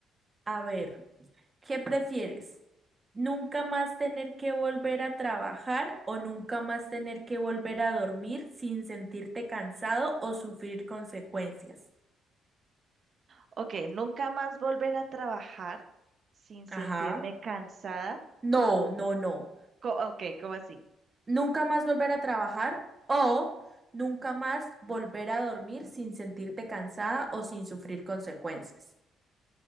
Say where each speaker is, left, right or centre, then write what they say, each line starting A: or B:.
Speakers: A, on the right; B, on the right.
A: A ver, ¿qué prefieres? ¿Nunca más tener que volver a trabajar o nunca más tener que volver a dormir sin sentirte cansado o sufrir consecuencias?
B: Ok, nunca más volver a trabajar sin sentirme
A: Ajá.
B: cansada.
A: No, no, no.
B: Co- ok, ¿cómo así?
A: nunca más volver a trabajar o nunca más volver a dormir sin sentirte cansada o sin sufrir consecuencias.